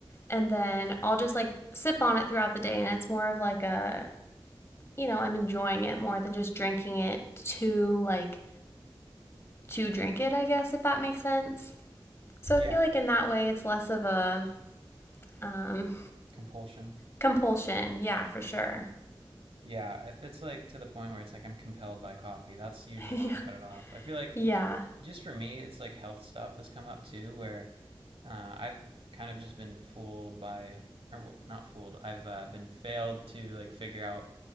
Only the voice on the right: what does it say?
Yeah.
Compulsion.
Yeah, if it's like to the point where it's like I'm compelled by coffee, that's usually
when I cut it off. I feel like
just for me, it's like health stuff has come up too, where uh, I've kind of just been fooled by, or not fooled, I've uh, been failed to like figure out